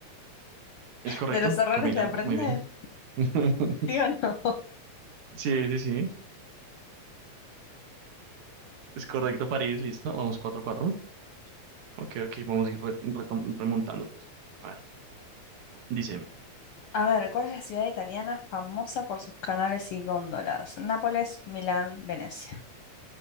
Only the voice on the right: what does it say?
¿Es correcto,
Camila?
Muy bien. <laughs>
Sí, sí, sí. Es correcto, París, listo. Vamos 4 cuatro. Ok, ok, vamos a ir re- retom- remontando. A ver, dice,